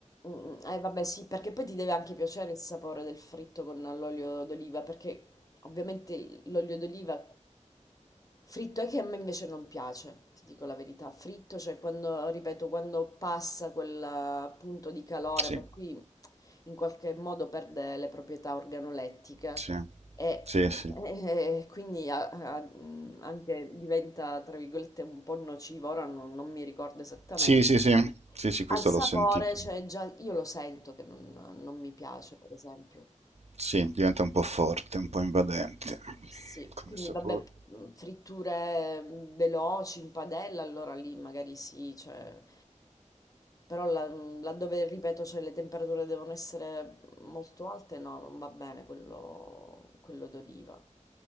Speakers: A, on the left; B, on the right.
A: Mm, Eh vabbè sì, perché poi ti deve anche piacere il sapore del fritto con l'olio d'oliva, perché ovviamente l'olio d'oliva fritto è che a me invece non piace, ti dico la verità. Fritto, cioè quando, ripeto, quando passa quel eh, punto di calore,
B: Sì,
A: per cui in qualche modo perde le proprietà organolettiche
B: sì,
A: e,
B: sì, sì.
A: <laughs> e quindi a- a- mh, anche diventa, tra virgolette, un po' nocivo, ora non, non mi ricordo esattamente.
B: Sì, sì, sì, sì, sì, questo
A: Al sapore,
B: l'ho sentito.
A: cioè già io lo sento che non non mi piace, per esempio.
B: Sì, diventa un po' forte, un po' invadente
A: Sì,
B: come
A: quindi
B: sapore.
A: vabbè, mhmm, fritture, mhmm, veloci in padella, allora lì magari sì, cioè però là mhmm, laddove ripeto, cioè le temperature devono essere molto alte, no, non va bene quello quello d'oliva.